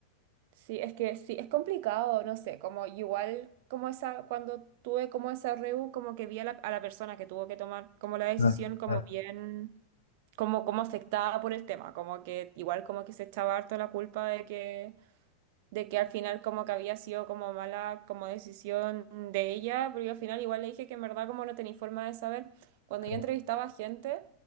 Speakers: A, on the right; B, on the left.
A: Sí, es que sí, es complicado, no sé, como igual como esa, cuando tuve como esa REU, como que vi a la, a la persona que tuvo que tomar como la decisión
B: ah,
A: como
B: ah,
A: bien, como, como afectada por el tema, como que igual como que se echaba harto la culpa de que, de que al final como que había sido como mala como decisión de ella, pero yo al final igual le dije que en verdad como no tenía forma de saber, cuando
B: como
A: yo entrevistaba a gente,